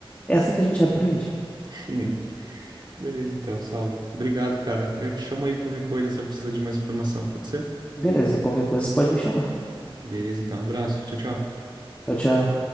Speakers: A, on the left; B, on the right.
A: É assim que a gente aprende.
B: <laughs> Beleza, então, Saulo. Obrigado, cara. Eu te chamo aí qualquer coisa se eu precisar de mais informação, pode ser?
A: Beleza, qualquer coisa você pode me chamar.
B: Beleza, então. Abraço. Tchau, tchau.
A: Tchau, tchau.